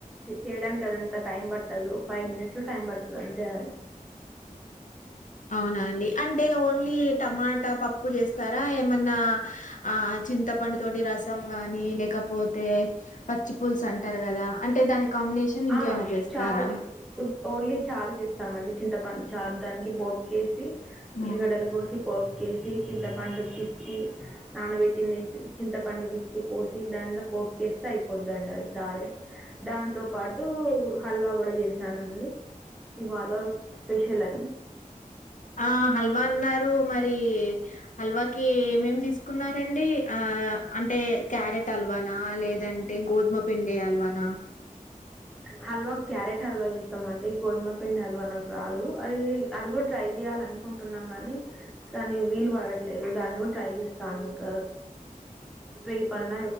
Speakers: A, in the centre; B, on the left.
A: చేయడానికి అదంత టైం పట్ టదు ఫైవ్ మినిట్స్ లో టైం పడతది అంతే అం
B: అవునా అండి అంటే నువు ఓన్లీ టమాటా పప్పు చేస్తారా ఏమన్నా ఆ చింతపండు తోటి రసం గాని లేకపోతే పచ్చి పుల్సు అంటారు కదా అంటే దానికి కాంబినేషన్ ఇంకేమాన్న
A: ఆ
B: చేస్తారా
A: చారు ఉత్ ఓన్లీ చారు చేస్తామండి చింతపండు చారు దానికి పోప్ కేసి
B: హ్మ్.
A: ఉల్లిగడ్డలు కోసి పోప్ కేసి చింతపండు పిసికి నానబెట్టింది చింతపండు పిసికి పోసి దానిలో పోపుకేస్తే అయిపోదిండి అది చారే దాంతో పాటు హల్వా కూడా చేసానండి ఇవాల స్పెషల్ అని
B: ఆ హల్వా అన్నారు మరి హల్వాకి ఏమేమి తీసుకున్నారండి ఆ అంటే క్యారెట్ ఆల్వానా లేదంటే గోధుమ పిండి అల్వానా
A: హల్వా క్యారెట్ హల్వా చేస్తామండి గోధుమ పిండి హల్వా నాకు రాదు అది అది కూడా ట్రై చేయాల అనుకుంటున్నాం కాని దాన్ని వీలు పడట్లేదు దాన్ని కూడా ట్రై చేస్తాను ఇంకా రేపు అన్న